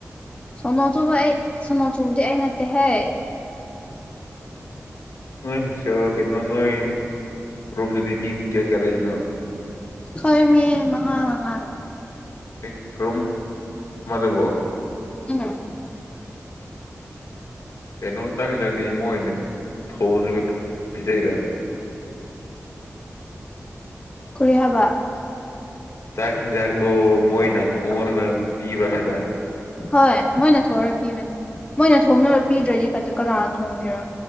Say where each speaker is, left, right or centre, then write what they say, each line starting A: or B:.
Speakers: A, on the left; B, on the left.
A: ꯁꯣꯅꯣꯆꯨꯕ ꯑꯩ ꯁꯣꯅꯣ ꯆꯨꯕꯗꯤ ꯑꯩ ꯅꯠꯇꯦꯍꯦ
B: ꯅꯣꯏ ꯍꯣꯁꯇꯦꯜ ꯀꯩꯅꯣ ꯅꯣꯏ ꯔꯨꯝꯗꯗꯤ ꯃꯤ ꯀꯌꯥ ꯀꯌꯥ ꯂꯩꯕꯅꯣ
A: ꯈꯣꯏ ꯃꯤ ꯃꯉꯥ ꯃꯉꯥ
B: ꯑꯦ ꯔꯨꯝ ꯑꯃꯗꯕꯨ
A: ꯎꯝ
B: ꯀꯩꯅꯣ ꯆꯥꯡ ꯏꯟꯖꯥꯡꯗꯤ ꯃꯣꯏꯅ ꯊꯣꯡꯔꯒ ꯄꯤꯖꯩꯔꯥ
A: ꯀꯔꯤ ꯍꯥꯏꯕ
B: ꯆꯥꯛ ꯌꯦꯟꯖꯥꯡꯗꯣ ꯃꯣꯏꯅ ꯊꯣꯡꯔꯒ ꯄꯤꯕ꯭ꯔꯥ ꯍꯥꯏꯕ
A: ꯍꯣꯏ ꯃꯣꯏꯅ ꯊꯣꯛꯔ ꯄꯤꯕꯅꯤ ꯃꯣꯏꯅ ꯊꯣꯡꯔ ꯄꯤꯗ꯭ꯔꯗꯤ ꯀꯅꯥꯅ ꯊꯣꯡꯒꯦꯔ